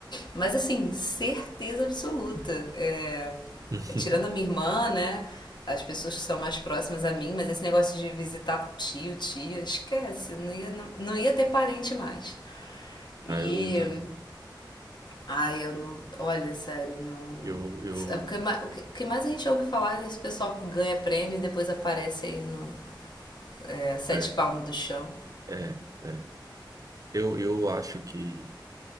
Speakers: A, on the left; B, on the right.
A: Mas assim, certeza absoluta. É,
B: <laughs>
A: tirando a minha irmã, né? As pessoas que são mais próximas a mim, mas esse negócio de visitar tio, tia, esquece, não ia, não, não ia ter parente mais. E.
B: Ah, eu, eu também.
A: Ai, eu não. Olha, sério, não.
B: Eu, eu,
A: O que, o que- mais a gente ouve falar é desse pessoal que ganha prêmio e depois aparece aí no é, Sete
B: é,
A: Palmos do Chão.
B: é. é. Eu, eu acho que